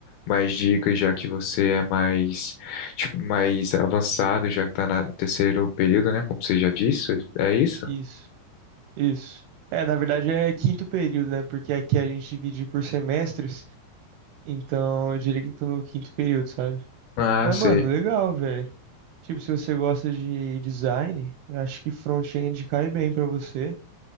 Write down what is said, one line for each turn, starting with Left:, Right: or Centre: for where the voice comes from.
Left: mais dicas, já que você é mais tipo, mais avançado, já que tá na- no terceiro período, né? Como você já disse, é isso?
Right: Isso, isso. É, na verdade é quinto período, né? Porque aqui a gente divide por semestres, então eu diria que tô no quinto período, sabe?
Left: Ah,
Right: Mas,
Left: sei,
Right: mano, legal, velho. Tipo, se você gosta de design, eu acho que front-end cai bem pra você.